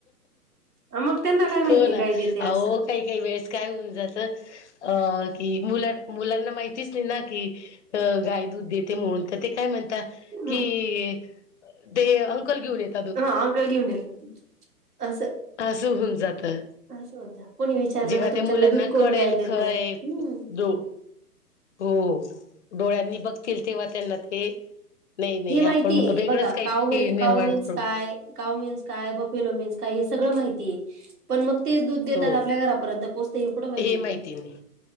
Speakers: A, on the right (about 70°); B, on the left (about 45°).
A: अ, मग त्यांना काय माहिती
B: हो ना
A: गाय देते असं.
B: अवो काही काही वेळेस काय होऊन जातं अ की मुला मुलांना माहितीच नाही ना की अ गाय दूध देते म्हणून तर ते काय म्हणत
A: ना
B: कि ते अंकल घेऊन येते
A: हा अंकल घेऊन येतात असं
B: अस होऊन जातं
A: असं होतं. कोणी विचारलं
B: जेव्हा
A: का तुमच्याकडे
B: त्या मुलांना
A: दूध कोण
B: कळेल
A: द्यायला येतं?
B: खय
A: हं.
B: दो हो डोळ्यांनी बघतील तेव्हा त्यांना ते नाही नाही
A: हे माहितीय
B: आपण
A: आहे
B: वेगळंच
A: बघा
B: काहीतरी
A: काव म
B: निर्माण
A: काव मन्स
B: करू
A: काय काव मीन्स काय बफेलो मीन्स काय हे सगळं माहितीये पण मग तेच दूध देतात
B: हो
A: आपल्या घरापर्यंत पोहोचते हे कुठं माहितीय
B: माहिती
A: आहे त्यांना
B: नाही